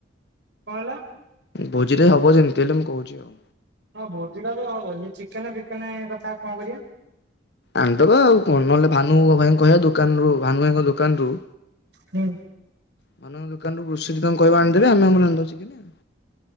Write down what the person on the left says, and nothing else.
ଭୋଜିଟେ ହେବ ଯେମିତି ହେଲେ ମୁଁ କହୁଛି ଆଉ।
ଆଣିଦବା ଆଉ କଣ ନହେଲେ ଭାନୁ ଭାଇ କହିବା ଦୋକାନରୁୁ ଭାନୁ ଭାଇଙ୍କ ଦୋକାନରୁୁ
<unintelligible> ଦୋକାନରୁ <unintelligible> ତାଙ୍କୁ କହିବ ଆଣିଦେବେ ଆମେ ଆମର ଆଣିଦବା ଚିକେନେ ଆଉ।